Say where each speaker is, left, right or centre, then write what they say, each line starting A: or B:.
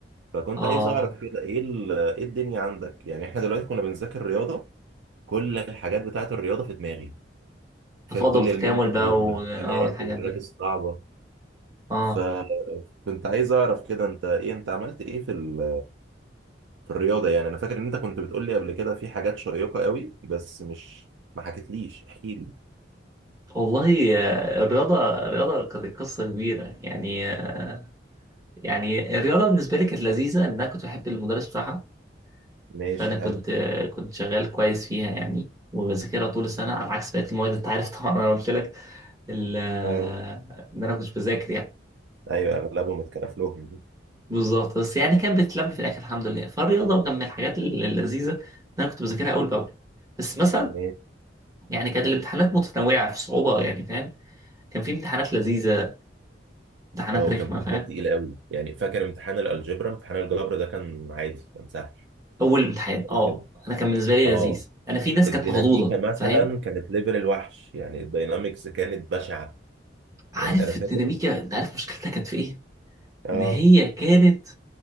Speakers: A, on the right; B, on the right.
A: <laughs>
B: فكنت
A: اه
B: عايز اعرف كده ايه ال- ايه الدنيا عندك؟ يعني احنا دلوقتي كنا بنذاكر رياضه كل الحاجات بتاعت الرياضه في دماغي
A: تفاضل
B: فاهم كل
A: وتكامل
B: الميم
A: بقى
B: والامتحانات
A: و... اه الحاجات
B: والحاجات
A: دي
B: الصعبه
A: اه
B: ف كنت عايز اعرف كده انت ايه انت عملت ايه في ال... في الرياضه يعني انا فاكر ان انت كنت بتقول لي قبل كده في حاجات شيقه قوي بس مش ما حكيتليش احكي لي
A: والله آه، الرياضه الرياضه كانت قصه كبيره يعني آه، يعني الرياضه بالنسبه لي كانت لذيذه ان انا كنت بحب المدرس بتاعها
B: ماشي
A: فانا كنت
B: حلو
A: آه، كنت شغال كويس فيها يعني وبذاكرها طول السنه على عكس بقيه المواد انت عارف طبعا انا قلت لك ال- آه،
B: آه.
A: ان انا كنت بذاكر يعني
B: ايوه اغلبهم اتكرف لهم
A: بالظبط بس يعني كانت بتتلم في الاخر الحمد لله فالرياضه كان من الحاجات الل- اللذيذه ان انا كنت بذاكرها اول باول بس مثلا
B: ماشي
A: يعني كانت الامتحانات متنوعه في الصعوبه يعني فاهم كان في امتحانات لذيذه امتحانات
B: اه وكان
A: رخمه
B: في
A: فاهم
B: حاجات تقيله قوي يعني فاكر امتحان الالجبra امتحان الجبر ده كان عادي كان سهل
A: اول امتحان اه
B: كده.
A: انا كان بالنسبه لي
B: اه
A: لذيذ انا في ناس
B: الديناميكا
A: كانت مخضوضه
B: مثلا
A: فاهم
B: كانت ليفل الوحش يعني الداينامكس كانت بشعه
A: عارف
B: يعني انا فاكر
A: الديناميكا انت عارف مشكلتها كانت في ايه
B: اه
A: ان هي كانت